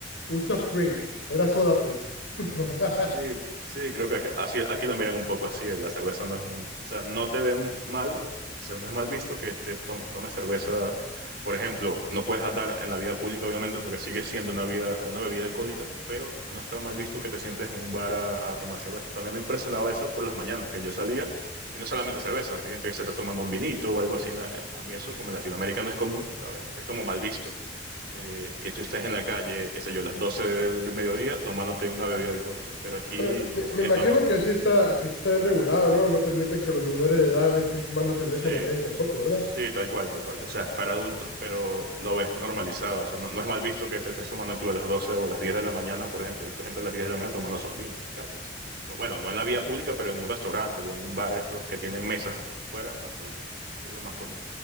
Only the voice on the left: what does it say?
un soft drink, era soda, pues. <laughs>
Pero me,
me imagino
que sí está, que sí está bien regulado, ¿no? No permiten que los menores de edad estén tomando cerveza
en la calle tampoco, ¿verdad?